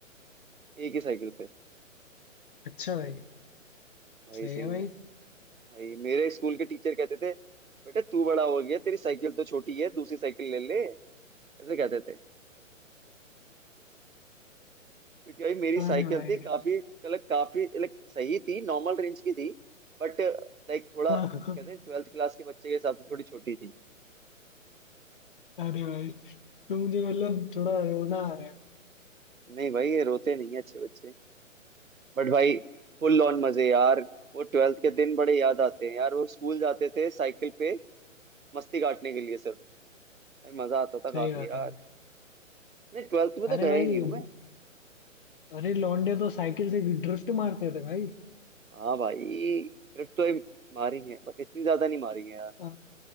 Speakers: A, on the right; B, on the left.
A: एक ही साइकिल पे
B: अच्छा भाई
A: भाई
B: सही
A: सही
B: है भाई
A: भाई मेरे स्कूल के टीचर कहते थे बेटा तू बड़ा हो गया तेरी साइकिल तो छोटी है दूसरी साइकिल ले ले ऐसे कहते थे क्योंकि भाई मेरी
B: अरे
A: साइकिल
B: भाई
A: थी काफी मतलब काफी लाइक सही थी नॉर्मल रेंज की थी बट लाइक थोड़ा
B: हाँ हाँ।
A: कहते हैं ट्वेल्थ क्लास के बच्चे के हिसाब से थोड़ी छोटी थी
B: अरे भाई तो मुझे मतलब थोड़ा रोना आ रहा है
A: नहीं भाई ये रोते नहीं है अच्छे बच्चे बट भाई फुल ऑन मजे यार वो ट्वेल्थ के दिन बड़े याद आते हैं यार वो स्कूल जाते थे साइकिल पे मस्ती काटने के लिए सिर्फ भाई मजा आता था
B: सही
A: काफी
B: बात
A: यार
B: है भाई
A: नहीं ट्वेल्थ में
B: अरे
A: तो गया
B: भाई
A: ही नहीं हूँ मैं
B: अरे लौंडे तो साइकिल से ड्रिफ्ट मारते थे भाई
A: हाँ भाई ट्रिप तो ये मारी है बट इतनी ज्यादा नहीं मारी है यार
B: आ,